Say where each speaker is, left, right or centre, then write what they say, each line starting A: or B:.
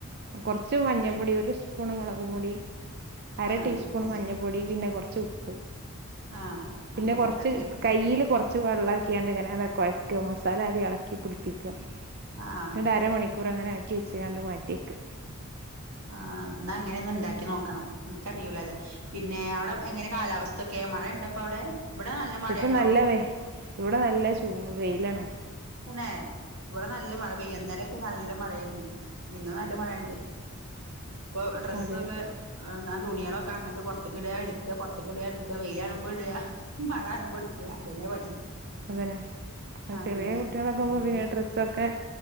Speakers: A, on the right (about 45°); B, on the right (about 80°).
A: കുറച്ച് മഞ്ഞപ്പൊടി ഒരു സ്പൂൺ മുളക് പൊടി അര
B: ആഹ്
A: ടീസ്പൂൺ
B: അത്
A: മഞ്ഞപ്പൊടി
B: ശരി
A: പിന്നെ കുറച്ച് ഉപ്പ്
B: ആഹ്
A: പിന്നെ
B: അങ്ങനെ
A: കുറച്ച്
B: ഉണ്ടാക്കല്
A: കയ്യിയില് കുറച്ച് വെള്ളംക്കാണ്ട് ഇങ്ങനെ കൊഴയ്ക്ക മസാല അത് ഇളക്കി പിടിപ്പിക്ക
B: ആഹ്
A: അങ്ങനെ അരമണിക്കൂർ അങ്ങനെ ആക്കി വെചാണ്ട് മാറ്റിയക്ക്
B: ആഹ് എന്നാ അങ്ങനെ ഒന്നു ഉണ്ടാക്കി നോക്കണം എനിക്കറിയൂലത് പിന്നെ അവിടെ എങ്ങനെ കാലാവസ് ക്കെ മഴയുണ്ട അവിടെ ഇവിടെ നല്ല മഴയാനാടോ
A: ഇപ്പൊ നല്ല വെ ഇവിടെ നല്ല ചൂ വെയ്ലാണ്
B: തനെ ഇവിടെ നല്ല മഴ പെയ്യാ ഇന്നലെ നല്ല മഴായിരുന്നു ഇന്നും നല്ല മഴുണ്ട് ഇപ്പൊ ഡ്രസ്സൊക്കെ
A: അതെ
B: തുണികളക്കെങ്ങട്ട് പുറത്ത്ക്ക്‌ ഇടാ എടുകാ പുറത്ത്ക്ക്‌ ഇടുകാ വെയിലാണുമ്പോ ഇടാ മഴ ആകുമ്പോ എടുക്കാ ഇതനെ പണി
A: അതന്നെ
B: അങ്ങനെ
A: ചെറിയ കുട്ടികളൊക്കെ പിന്നെ ഡ്രസ്സൊക്കെ